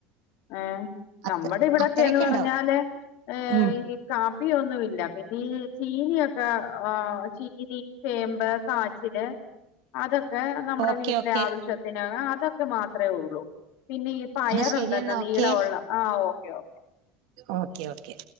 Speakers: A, on the left; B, on the right.
A: ഏഹ്
B: അത്ര
A: നമ്മുടെ ഇവിടെക്കേന്ന്
B: അത്രയൊക്കെ
A: പറഞ്ഞാല്
B: ഉണ്ടാവും
A: ഏഹ്
B: ഉം
A: ഈ കാപ്പിയൊന്നുല്ല പിന്നെ ഈ ചീനിയൊക്കെ ആഹ് ചീനി ചേമ്പ് കാച്ചില്. അതൊക്കെ നമ്മടെ
B: ഓക്കെ
A: വീട്ടിലെ
B: ഓക്കെ
A: ആവശ്യത്തിന് അ അതൊക്കെ മാത്രേ ഒള്ളൂ പിന്നെ ഈ പയറുണ്ടല്ലോ
B: എന്നാ ശരി എന്നാ
A: നീളം
B: ഓക്കെ
A: ഒള്ള ആഹ് ഓക്കെ ഓ
B: ഓക്കെ ഓക്കെ.